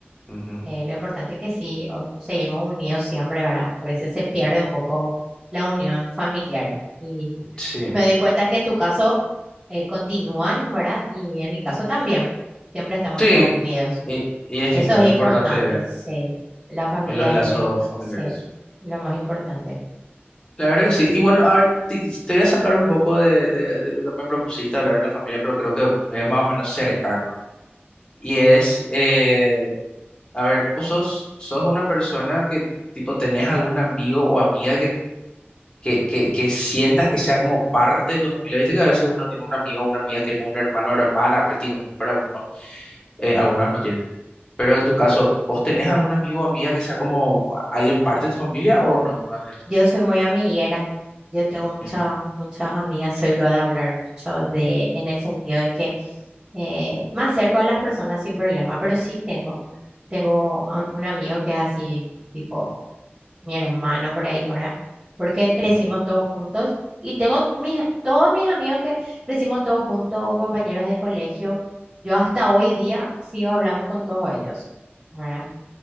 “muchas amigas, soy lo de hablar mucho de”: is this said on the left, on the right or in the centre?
Right